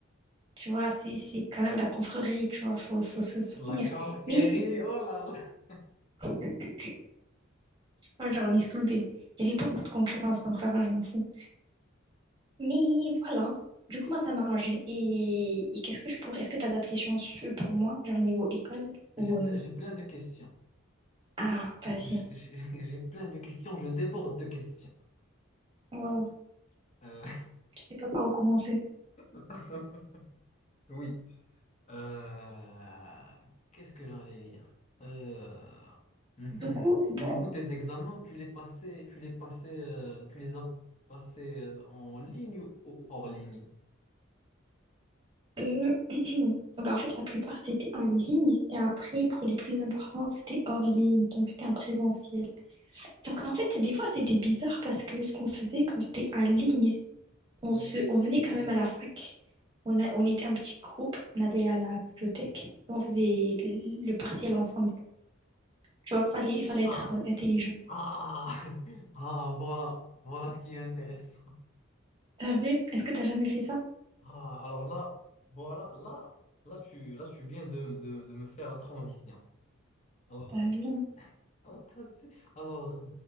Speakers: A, on the right; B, on the left.
A: Tu vois, c'est c'est quand même la confrérie, tu vois. Faut, faut se soutenir.
B: La confrérie,
A: Mais j-
B: oh là là.
A: <laughs> moi, j'en ai soudé. Il n'y avait pas beaucoup de concurrence, donc ça va, je m'en fous. Mais voilà. Du coup, moi, ça m'a arrangé. Et, et qu'est-ce que je pourrais. Est-ce que tu as d'autres questions su- pour moi, genre niveau école
B: J'ai
A: ou.
B: ple-
A: euh,
B: j'ai plein de questions.
A: Ah, vas-y.
B: J'ai j'ai- j'ai plein de questions, je déborde de questions.
A: Waouh.
B: Euh,
A: Je sais pas par où commencer.
B: <laughs> oui. Euh, qu'est-ce que j'allais dire? Euh, mhm.
A: Du coup, bon.
B: Et du coup, tes examens, tu les passais, tu les passais, euh, tu les as passés euh, en ligne ou ou hors ligne?
A: Euh, <clears throat> ben, en fait, la plupart, c'était en ligne. Et après, pour les plus importants, c'était hors ligne. Donc, c'était en présentiel. Sauf qu'en fait, des fois, c'était bizarre parce que ce qu'on faisait quand c'était en ligne, on
B: Oui.
A: se, on venait quand même à la fac. On a, on était un petit groupe. On allait à la bibliothèque. et on faisait le partiel ensemble. Tu vois, fallait, fallait
B: Ah,
A: être euh, intelligent.
B: ah, <laughs> ah, voilà, voilà ce qui est intéressant.
A: T'as vu? Est-ce que t'as jamais fait ça?
B: Ah, alors là, voilà, là, là, tu, là, tu viens de, de- de me faire la transition. Alors,
A: T'as
B: euh,
A: vu?
B: ah, t'as vu? Alors,